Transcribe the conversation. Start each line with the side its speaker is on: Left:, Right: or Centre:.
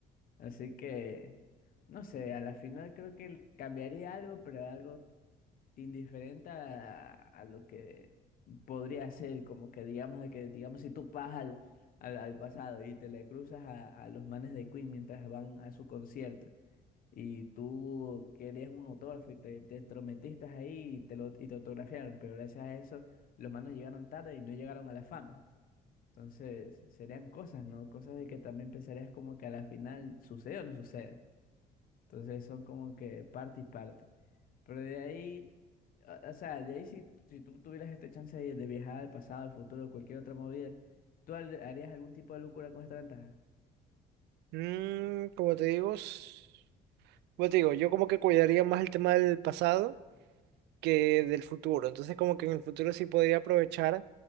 Left: Así que, no sé, a la final creo que cambiaría algo, pero algo indiferente a, a lo que podría ser, como que digamos de que, digamos, si tú vas al, al, al pasado y te le cruzas a, a los manes de Queen mientras van a su concierto y tú querías un autógrafo y te, te entrometiste ahí y te lo y te autografiaron, pero gracias a eso los manes llegaron tarde y no llegaron a la fama. Entonces, serían cosas, ¿no? Cosas de que también pensarías como que a la final sucede o no sucede. Entonces son como que parte y parte. Pero de ahí, o o sea, de ahí si, si tú tuvieras esta chance de, de viajar al pasado, al futuro, cualquier otra movida, ¿tú hal- harías algún tipo de locura con esta ventaja?
Right: Mm, como te digo, s- como te digo, yo como que cuidaría más el tema del pasado que del futuro, entonces como que en el futuro sí podría aprovechar,